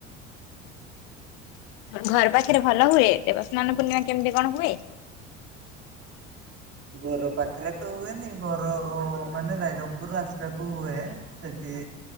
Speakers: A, on the left (about 65°); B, on the right (about 40°).
A: ଘର ପାଖରେ ଭଲ ହୁଏ ଦେବସ୍ନାନ ପୂର୍ଣ୍ଣିମା କେମିତି କଣ ହୁଏ?
B: ଘର ପାଖରେ ତ ହୁଏନି ଘର ମାନେ ରାଇରଙ୍ଗପୁରରୁ ଆସିବାକୁ ହୁଏ ସେଠି